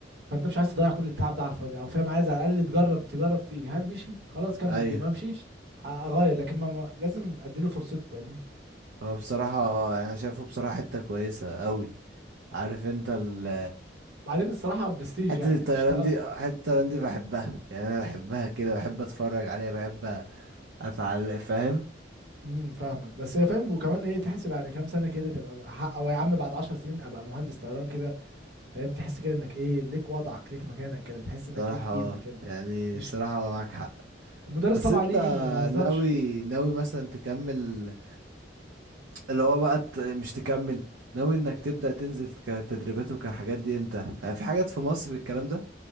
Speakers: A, on the right; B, on the right.
A: فانت مش عايز تضيع كل التعب ده على الفاضي او فاهم عايز على الاقل تجرب تجرب فيه هل مشي خلاص كمل
B: ايوه
A: بيه ما مشيش أ- اغير لكن ما, ما لازم اديله فرصته فاهمني
B: هو بصراحة انا شايفه بصراحة حتة كويسة قوي عارف انت ال...
A: بعدين الصراحه برستيج
B: حتة
A: يعني
B: الطيران
A: انك تشتغل
B: دي
A: م...
B: حتة الطيران دي بحبها يعني انا بحبها كده بحب اتفرج عليها بحب اتعلق فاهم
A: امم فاهمك بس هي فاهم وكمان ايه تحسب يعني كام سنه كده تبقى حق او يا عم بعد 10 سنين ابقى مهندس طيران كده فاهم تحس كده انك ايه ليك وضعك ليك مكانك كده تحس انك
B: بصراحة
A: ليك قيمه
B: اه
A: كده
B: يعني
A: مش
B: بصراحة معاك حق
A: المدرس
B: بس
A: طبعا
B: انت
A: ليه قيمه ما بهزرش
B: ناوي ناوي مثلا تكمل اللي هو بقى ت- مش تكمل ناوي انك تبدأ تنزل كتدريبات وكحاجات دي امتى اه، في حاجات في مصر الكلام ده